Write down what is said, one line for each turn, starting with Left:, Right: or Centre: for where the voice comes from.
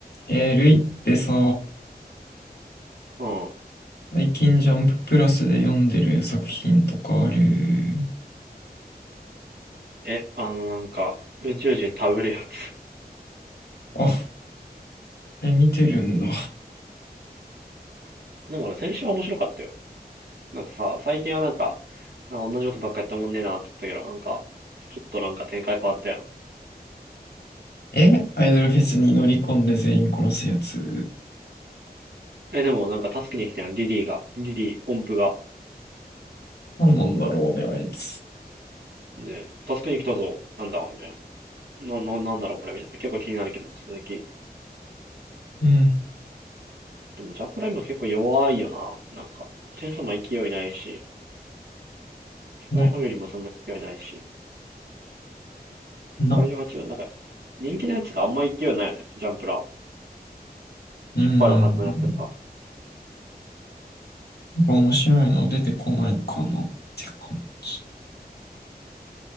Left: えー、ルイってさ、
Right: うん。
Left: 最近ジャンププラスで読んでる作品とかある
Right: え、あのなんか、宇宙人食べるやつ。
Left: あ、あれ見てるんだ。
Right: <laughs> でもあれ先週は面白かったよ。なんかさ、最近はなんか、なんか同じことばっかやったもんねえなとて言ったけど、なんか、ちょっとなんか展開変わったやん。
Left: え、アイドルフェスに乗り込んで全員殺すやつ。
Right: え、でもなんか助けに来たやん、リリーが。リリー、音符が。
Left: なんなんだろうね、あいつ。
Right: ね、助けに来たぞ。なんだみたいな。な、な、なんだろうこれみたいな。結構気になるけどな、鈴木。
Left: うん、
Right: でもジャンプラ今結構弱いよな。なんか、チェーンソーマン勢いないし、スパイファミリーもそんな勢いないし、
Left: な、な、
Right: 怪獣8はなんか、人気のやつがあんま勢いないよね、ジャンプラ。
Left: うん、
Right: 引っ張るはずのやつが。
Left: なんか面白いの出てこないかなって感じ。